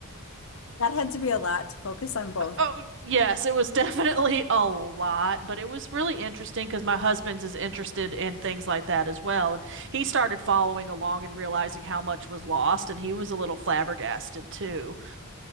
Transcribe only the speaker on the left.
That had to be a lot to focus on both